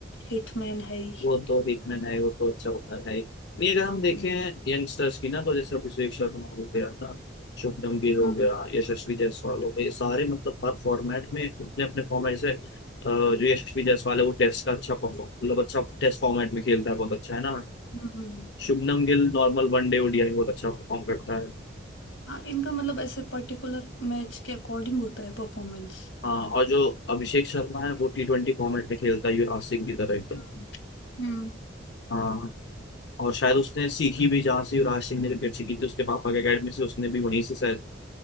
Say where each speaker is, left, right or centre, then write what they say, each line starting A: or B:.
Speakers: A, on the left; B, on the left.
A: हिटमैन है ही
B: वो तो हिटमैन है वो तो अच्छा ओपनर है नहीं अगर हम
A: हम्म
B: देखें यंगस्टर्स की ना तो जैसे अभिषेक शर्मा हो गया ना शुभमन गिल हो
A: हम्म
B: गया यशस्वी जायसवाल हो गए ये सारे मतलब हर फॉर्मेट में अपने अपने फॉर्मेट से अ, जो यशस्वी जायसवाल है वो टेस्ट का अच्छा परफॉर्म मतलब अच्छा टेस्ट फॉर्मेट में खेलता है बहुत अच्छा है ना
A: हम्म हम्म।
B: Shubman Gill normal one day ओडीआई बहुत अच्छा परफॉर्म करता है
A: हाँ इनका मतलब ऐसे पर्टिकुलर मैच के अकॉर्डिंग होता है परफॉर्मेंस
B: हाँ और जो अभिषेक शर्मा है वो टी ट्वेंटी फॉर्मेट में खेलता है युवराज सिंह की तरह एकदम
A: हम्म हम्म।
B: हाँ और शायद उसने सीखी भी जहाँ से युवराज सिंह ने क्रिकेट सीखी थी उसके पापा की अकेडमी से उसने भी वहीं से शायद